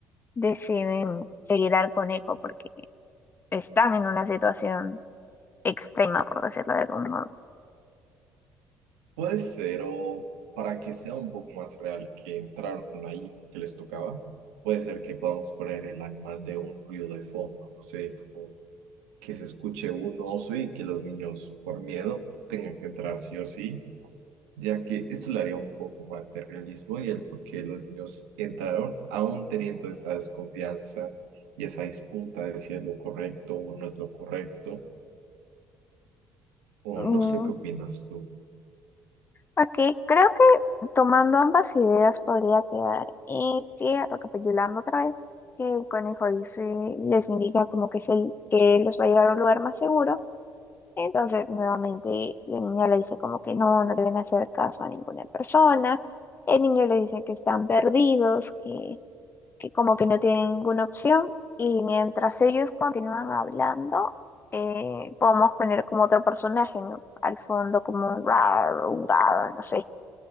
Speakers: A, on the left; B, on the right.
A: deciden seguir al conejo porque están en una situación extrema, por decirlo de algún modo.
B: Puede ser, o para que sea un poco más real que entraron ahí, que les tocaba, puede ser que podamos poner el animal de un ruido de fondo, no sé, tipo que se escuche un oso y que los niños, por miedo, tengan que entrar sí o sí, ya que esto le haría un poco más de realismo y el por qué los niños entraron, aún teniendo esa desconfianza y esa disputa de si es lo correcto o no es lo correcto, o
A: Mm,
B: no sé qué opinas tú.
A: Aquí creo que tomando ambas ideas podría quedar eh, que, recapitulando otra vez, que el conejo dice, les indica como que, es el, que los va a llevar a un lugar más seguro Entonces, nuevamente, la niña le dice como que no, no deben hacer caso a ninguna persona. El niño le dice que están perdidos, que, que como que no tienen ninguna opción. Y mientras ellos continúan hablando, eh, podemos poner como otro personaje, ¿no? Al fondo como un raro, un raro, no sé,